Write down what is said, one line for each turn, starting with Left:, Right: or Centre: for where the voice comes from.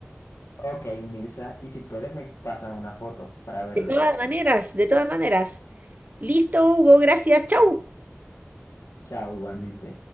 Left: Ok, Mirza, y si puedes me pasas una foto para verlo.
Right: De todas maneras, de todas maneras. Listo, Hugo, gracias. Chau.
Left: Chao, igualmente.